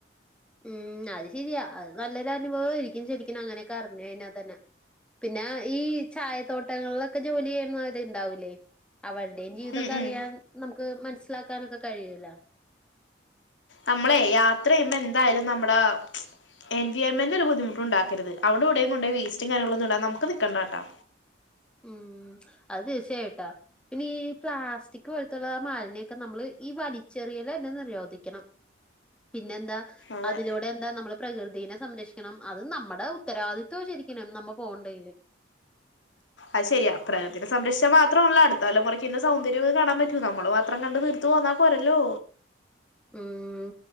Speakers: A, in the centre; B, on the left (about 85°).
A: ഉം അത് ശരിയ അത് നല്ലൊരു അനുഭവായിരിക്കും ശരിക്കിന് അങ്ങനെയൊക്കെ അറിഞ്ഞ് കഴിഞ്ഞാ തന്നെ പിന്ന ഈ ചായത്തോട്ടങ്ങള്ലൊക്കെ ജോലിയ്യുന്നവര് ഇണ്ടാവൂലേ അവള്ടെയും ജീവിതൊക്കെ
B: ഉം ഉം
A: അറിയാൻ നമുക്ക് മനസ്സിലാക്കാനൊക്കെ കഴിയല്ലോ
B: നമ്മളെ യാത്രയ്യുമ്പോ എന്തായാലും നമ്മടാ എൻവിയോമെന്റിന് ഒരു ബുദ്ധിമുട്ടുണ്ടാക്കര്ത് അവിടെവിടെയും കൊണ്ടോയി വേസ്റ്റും കാര്യങ്ങളോന്നും ഇടാൻ നമ്ക്ക് നിക്കണ്ടാട്ടോ
A: ഉം അത് തീർച്ചയായിട്ടാ പിന്നെ ഈ പ്ലാസ്റ്റിക് പോലത്ത്ള്ള മാലിന്യക്കെ നമ്മള് ഈ വലിച്ചെറിയലെന്നെ നിരോധിക്കണം പിന്നെന്താ
B: അതെ
A: അതിലൂടെ എന്താ നമ്മള് പ്രകൃതിനെ സംരക്ഷിക്കണം അത് നമ്മടെ ഉത്തരവാദിത്വവാ ശരിക്കിനും നമ്മ പോവ്ണ്ടേല്
B: അത് ശരിയാ പ്രകൃതിനെ സംരക്ഷിച്ചാ മാത്രോണല്ല അട്ത്തലമുറക്കീന്റെ സൗന്ദര്യൊക്കെ കാണാ പറ്റൂ നമ്മള് മാത്രം കണ്ട് തീർ ത്ത് പോന്നാ പോരല്ലോ
A: ഉം